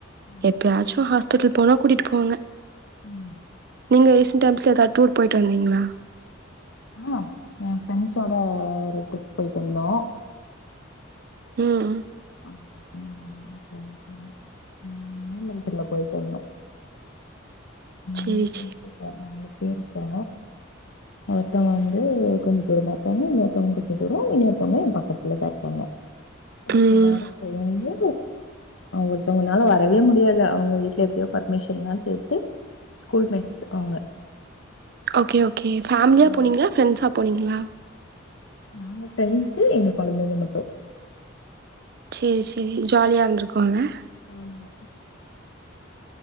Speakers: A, on the left; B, on the right.
A: ம்.
B: எப்பயாச்சு ஹாஸ்பிட்டல் போனா கூட்டிட்டு போவாங்க
A: ம்
B: நீங்க ரீசன் டைம்ஸ்ல ஏதா டூர் போயிட்டு வந்தீங்களா
A: ஆ என் ஃப்ரெண்ட்ஸோட ஒரு ட்ரிப் போய்ட்டு வந்தோ
B: ம்
A: அதுக்கப்புறம் ம். மே மந்த்ல போய்ட்டு வந்தோ
B: சேரி
A: <unintelligible>
B: சே
A: பேர் இருக்கா ஒருத்தவங்க வந்து கொஞ்ஜோ தூரமா இருக்காங்க இன்னொருத்தவங்க கொஞ்ஜோ தூரோ இன்னொருத்தவங்க என் பக்கத்துலதா இருக்காங்க <unintelligible>
B: ம்
A: எல்லாரு சேந்து ஒருத்தவங்கலால வரவே முடியாது அவுங்க வீட்ல எப்டியோ பர்மிஷன்ல்லா கேட்டு ஸ்கூல்மேட்ஸ் அவுங்க
B: ஓகே ஓகே ஃபேமிலியா
A: அவங்க-
B: போனீங்ளா ஃப்ரெண்ட்ஸா போனீங்ளா
A: நாங்க ஃப்ரெண்ட்ஸு எங்க கொழந்தைங்க மட்டு
B: சேரி சேரி ஜாலியா இருந்திருக்குல்ல
A: ஆமா